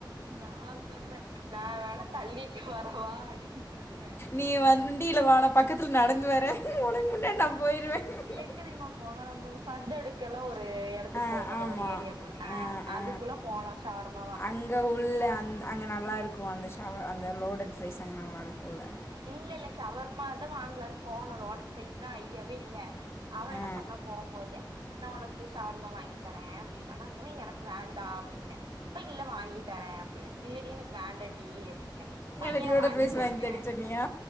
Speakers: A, on the right; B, on the left.
A: நா சொல்ற நா வேணா தள்ளிட்டு வர வா அப்படின்ட்டு இருந்த
B: நீ வண்டியில வான பக்கத்துல நடந்து வர உனக்கு முன்னாடி நான் போயிருவேன்
A: எங்க தெரும்மா போனு நம்ம ஃபர்தர் எடு அதுகெல்லா ஒரு இடத்துக்கு
B: ஆ
A: போவோல
B: ஆமா
A: ஒரு ஏரியாக்குள்ள அஹ்
B: ஆ ஆ
A: அதுக்குள்ள போனோ சவர்மா
B: அங்க உள்ள அந்த அங்க நல்லா இருக்கு அந்த ஷவர் அந்த லோடட் ரைஸ் அங்க நல்லா இருக்குல்ல
A: இல்ல இல்ல ஷவர்மா தா வாங்கலான்னு போனோ லோடட் பைஸ்லா ஐடியாவே இல்ல அவ என்ன
B: ஆ
A: சொன்னா போம்போது நா உனக்கு ஷவர்மா வாங்கி தர அப்படின்னா நா சொன்ன எனக்கு வேண்டா அப்படின்ன இல்ல வாங்கி தர அப்படினா இல்லடி எனக்கு வேண்டண்டி அப்படின்னு
B: எனக்கு
A: அய்யன
B: லோடட்
A: வாங்கி
B: ஃப்ரைஸ்
A: தருவ
B: தர சொன்னியா